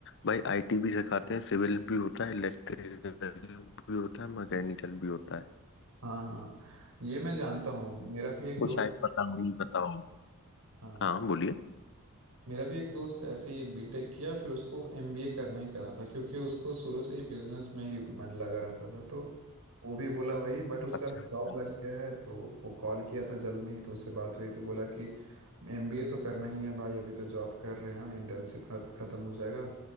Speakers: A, on the left (about 55°); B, on the right (about 75°).
A: भाई आईटी भी सिखाते हैं सिविल भी होता है इलेक्ट्रिकल भी होता है मैकेनिकल भी होता है
B: हाँ हाँ ये मैं जानता हूँ मेरा भी एक
A: तो
B: दोस्त
A: शायद पता हो नहीं पता
B: हाँ
A: हाँ बोलिए
B: मेरा भी एक दोस्त ऐसे ही बीटेक किया फिर उसको एमबीए करना ही करना था क्योंकि उसको शुरू से ही बिजनेस में ही मन लगा रहता था तो वो भी बोला वही बट उसका
A: अच्छा
B: जॉब
A: अच्छा
B: लग गया है तो वो कॉल किया था जल्द में ही तो उससे बात हुई तो बोला कि एमबीए तो करना ही है भाई अभी तो जॉब कर रहे हैं हम इंटर्नशिप खत्म हो जाएगा